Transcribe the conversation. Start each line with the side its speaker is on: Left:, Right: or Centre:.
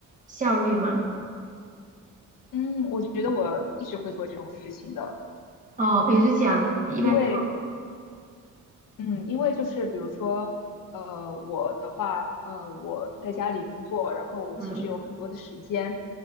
Right: 效率吗？
Left: 嗯，我觉得我一直会做这种事情的，
Right: 哦，比如讲，你一般做，
Left: 因为嗯，因为就是比如说，呃，我的话，呃，我在家里工作，然后我其实有很多的时间，
Right: 嗯，